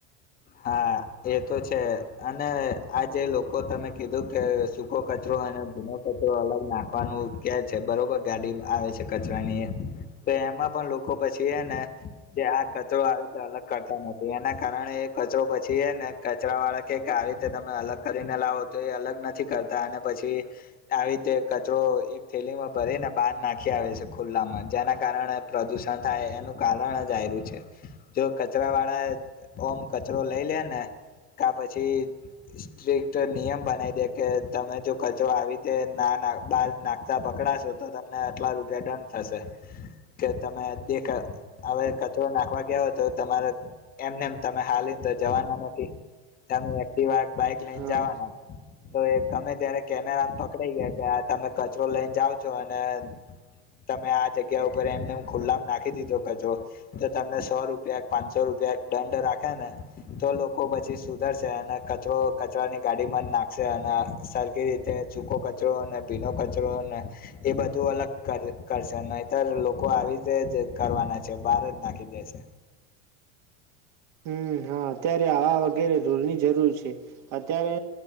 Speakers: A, on the left; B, on the right.
A: હા એ તો છે અને આ જે લોકો તમે કીધું કે સૂકો કચરો અને જૂનો કચરો અલગ નાખવાનું કે છે બરોબર ગાડી આવે છે કચરાની તો એમાં પણ પછી એ ને જે આ કચરો આવી તો અલગ કરતા નથી એના કારણે એક કચરો પછી એ ને કચરા વાળા કે આવી રીતે તમે અલગ કરીને લાવો તો એ અલગ નથી કરતા અને પછી આવી રીતે કચરો એક થેલીમાં ભરીને બહાર નાખી આવે છે ખુલ્લામાં જેના કારણે પ્રદુષણ થાય એનું કારણ જ આ્યું છે જો કચરા વાળા ઓમ કચરો લઈ લે ને ક પછી સ્ટ્રીક્ટ નિયમ બનાવી દે કે તમે જો કચરો આવી રીતે ના બહાર નાખતા પકડાશો તો તમને આટલા રૂપિયા દંડ થશે કે તમે દેખ હવે કચરો નાખવા ગયા હો તો તમારે એમનેમ ને જવાના નથી તમે એક્ટ બાઈક લઈને
B: હા
A: જવાના તો તમે ત્યારે કેમેરા પકડાઈ ગયા કે તમે કચરો લઈને જાઓ છો અને તમે આ જગ્યા ઉપર એમને ખુલ્લા નાખી દીધો કચરો તો તમને સો રૂપિયા પાંચસો રૂપિયા દંડ રાખ ને તો લોકો પછી સુધરશે અને કચરો કચરાની ગાડી મન નાખશે અને સરખી રીતે ચૂખ કચરો ને ભીનો કચરો ને એ બધું અલગ કરશે અતર લોકો આવી રીતે જ કરવાના છે બહાર જ નાખી દેશે
B: હમ હા અત્યારે આવા વગેરે રોલની જરૂર છે અત્યારે